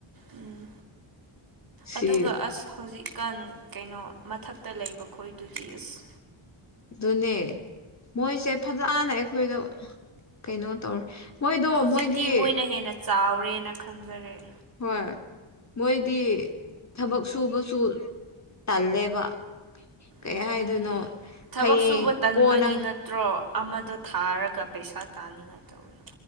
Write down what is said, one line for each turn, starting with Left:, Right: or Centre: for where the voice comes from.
Right: ꯎꯝ
Left: ꯁꯤ
Right: ꯑꯗꯨꯒ ꯑꯁ ꯍꯧꯖꯤꯛꯀꯥꯟ ꯀꯩꯅꯣ ꯃꯊꯛꯇ ꯂꯩꯕ ꯈꯣꯏꯗꯨꯗꯤ ꯑꯁ
Left: ꯑꯗꯨꯅꯦ ꯃꯣꯏꯁꯦ ꯐꯖꯅ ꯑꯩꯈꯣꯏꯗ ꯀꯩꯅꯣ ꯇꯧꯔꯦ ꯃꯣꯏꯗꯣ
Right: ꯍꯧꯖꯤꯛꯇꯤ
Left: ꯃꯣꯏꯗꯤ
Right: ꯃꯣꯏꯅ ꯍꯦꯟꯅ ꯆꯥꯎꯔꯦꯅ ꯈꯟꯖꯔꯦ
Left: ꯍꯣꯏ ꯃꯣꯏꯗꯤ ꯊꯕꯛ ꯁꯨꯕꯁꯨ ꯇꯜꯂꯦꯕ ꯀꯩ
Right: ꯑꯗꯨꯅꯤ
Left: ꯍꯥꯏꯗꯣꯏꯅꯣ
Right: ꯊꯕꯛ
Left: ꯍꯌꯦꯡ
Right: ꯁꯨꯕ ꯇꯟꯕꯒꯤ
Left: ꯀꯣꯟꯅ
Right: ꯅꯠꯇ꯭ꯔꯣ ꯑꯃꯗꯣ ꯊꯥꯔꯒ ꯄꯩꯁꯥ ꯇꯥꯅꯤꯡꯉꯥꯏ ꯇꯧꯋꯤ